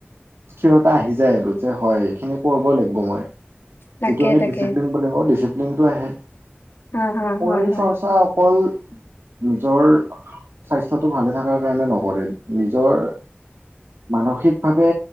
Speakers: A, on the right (about 80°); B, on the left (about 70°).
A: স্থিৰতা আহি যায় আৰু যে হয় এইখিনি কৰিবই লাগিব মই।
B: তাকে
A: যিটো আমি
B: তাকে
A: ডিসিপ্লিন বুলি কওঁ ডিসিপ্লিন তো আহে।
B: হা হা
A: শৰীৰ
B: হয় হয়
A: চৰ্চা অকল নিজৰ স্বাস্থ্যটো ভালে থকাৰ কাৰণে নকৰে নিজৰ মানসিকভাৱে